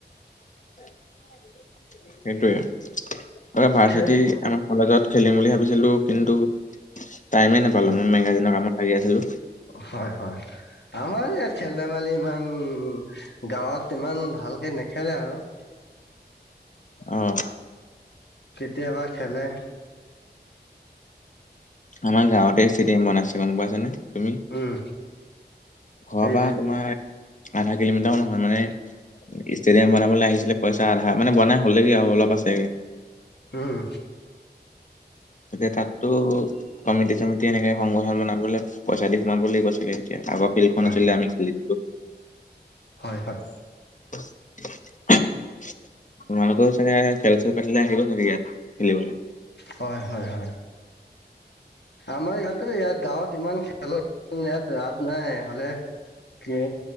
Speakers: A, on the left (about 45°); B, on the left (about 75°).
A: সেইটোৱেই, মানে ভাৰ্চিটি
B: খেল
A: আমাৰ কলেজত খেলিম বুলি ভাবিছিলো, কিন্তু টাইমেই নাপালো,
B: হয়
A: মই মেগাজিনৰ কামত লাগি আছিলো।
B: হয় হয়। আমাৰ ইয়াত খেল ধেমালি ইমান, গাঁৱত ইমান ভালকে নেখেলে আৰু।
A: অহ।
B: কেতিয়াবা খেলে।
A: আমাৰ গাঁৱতেই ষ্টেডিয়াম বনাইছে, গম পাইছা নে তুমি?
B: উম
A: ঘৰৰ
B: সেইটোৱে
A: পৰা তোমাৰ আধা কিলোমিটাৰো নহয় মানে ষ্টেডিয়াম বনাবলৈ আহিছিলে পইচা আধা, মানে বনাই হ'লেগেই আৰু অলপ আছেগে।
B: উম।
A: তেতিয়া তাততো, কমিটি চমিটি এনেকে সংগঠন বনাবলৈ পইচা দি সোমাব লাগিব চাগে। এতিয়া আগৰ ফিল্ডখন
B: হয়।
A: আছিলে আমি খেলিছিলো।
B: হয় হয়।
A: <inaudible> তোমালোকেও চাগে খেল চেল পাতিলে, আহিব চাগে ইয়াত খেলিবলৈ?
B: হয়, হয়, হয়। আমাৰ ইয়াতো, ইয়াত গাঁৱত ইমান খেলৰ ইয়াত ৰাপ নাই, হ'লে যে